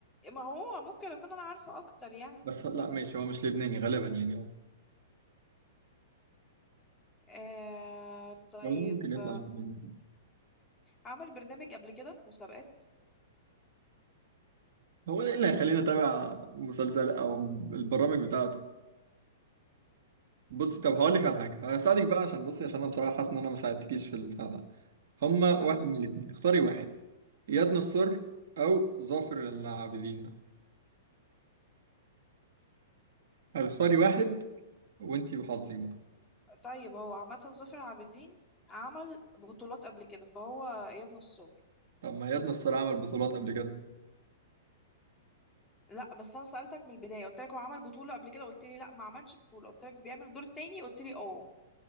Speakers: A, on the left; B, on the right.
A: ما هو ممكن اكون انا عارفه اكتر يعني
B: بس لا ماشي هو مش لبناني غالبا يعني
A: آه طيب
B: والله ممكن يطلع من-
A: عمل برنامج قبل كده مسابقات
B: هو ايه اللي هيخليني اتابع مسلسل او البرامج بتاعته بصي طب هقول لك على حاجه هساعدك بقى عشان بصي عشان انا بصراحه حاسس ان انا ما ساعدتكيش في البتاع ده هما واحد
A: آه،
B: من الاثنين اختاري واحد اياد نصار او ظافر العابدين ده هتختاري واحد وانتي وحظك بقى
A: طيب هو عامة ظافر العابدين عمل بطولات قبل كده فهو اياد نصار
B: طب ما اياد نصار عمل بطولات قبل كده
A: لا بس انا سألتك من البداية قلت لك هو عمل بطولة قبل كده قلت لي لا ما عملش بطولة قلت لك بيعمل الدور التاني قلت لي اه